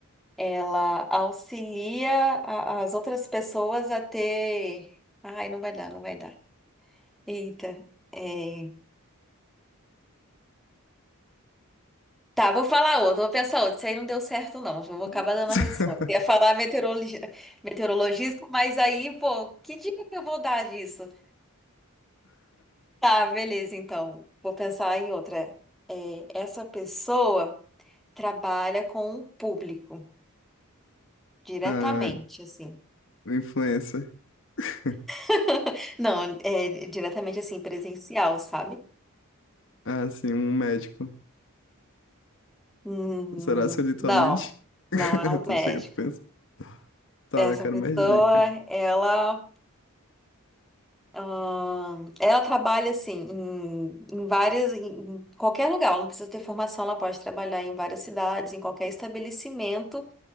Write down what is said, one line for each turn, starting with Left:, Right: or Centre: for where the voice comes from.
Centre: ela auxilia a- as outras pessoas a ter. Ai, não vai dar, não vai dar. Eita. é, Tá, vou falar outro, vou pensar outro. Isso aí não deu certo, não. Eu vou acabar
Left: <laughs>
Centre: dando a resposta. Ia falar meteorologi- meteorologista, mas aí, pô, que dica que eu vou dar disso? Tá, beleza, então. Vou pensar em outra. É, essa pessoa trabalha com o público diretamente,
Left: Ah,
Centre: assim.
Left: influencer. <laughs>
Centre: <laughs> Não, é diretamente assim, presencial, sabe?
Left: Ah, sim, um médico.
Centre: Hum,
Left: Será se eu li
Centre: não,
Left: tua mente?
Centre: não
Left: <laughs>
Centre: é um
Left: Tu
Centre: médico.
Left: chega, tu pensa. Tá,
Centre: Essa
Left: eu quero
Centre: pessoa,
Left: mais dica.
Centre: ela, ahn, ela trabalha assim em, em várias, em, em qualquer lugar. Ela não precisa ter formação, ela pode trabalhar em várias cidades, em qualquer estabelecimento